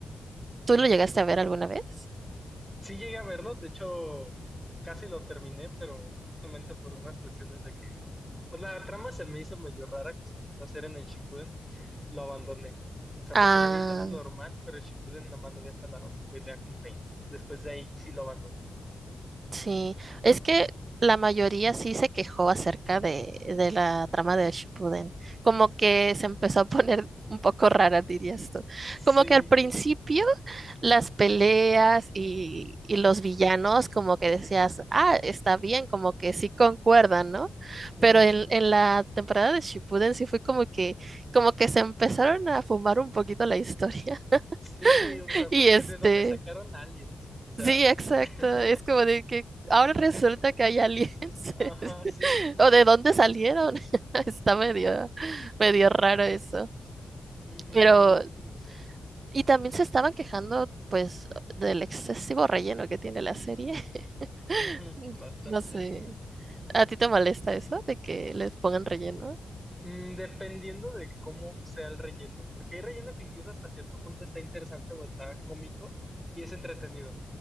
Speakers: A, on the right; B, in the centre.
A: ¿Tú
B: Ah,
A: lo llegaste
B: ok, ok.
A: a ver alguna vez?
B: Sí llegué a verlo, de hecho casi lo terminé, pero justamente por unas cuestiones de Pues la trama se me hizo medio rara que se empezó a hacer en el Shippuden, lo abandoné. O sea,
A: Ah,
B: porque me vi todo normal, pero el Shippuden nomás lo vi hasta la pelea con Pain. Después de ahí sí lo abandoné.
A: Sí, es que la mayoría sí se quejó acerca de, de la trama de Shippuden. Como que se empezó a poner un poco rara, dirías tú.
B: Sí,
A: Como que al principio las peleas y, y los villanos, como que decías, ah, está bien, como que sí concuerdan, ¿no?
B: ujú.
A: Pero en, en la temporada de Shippuden sí fue como que, como que se empezaron a fumar un poquito la historia. <laughs>
B: Sí, o sea, porque
A: Y este.
B: ¿de dónde sacaron aliens? O sea,
A: Sí, exacto.
B: <laughs>
A: Es como de que ahora resulta que hay aliens.
B: ajá,
A: <laughs>
B: sí.
A: ¿O de dónde salieron? <laughs> Está medio, medio raro eso.
B: Ujú,
A: Pero,
B: muy curioso.
A: y también se estaban quejando, pues, del excesivo relleno que tiene la serie.
B: Ujú,
A: <laughs>
B: bastante.
A: No sé. ¿A ti te molesta eso de que les pongan relleno?
B: Mm, dependiendo de cómo sea el relleno, porque hay relleno que incluso hasta cierto punto está interesante o está cómico y es entretenido.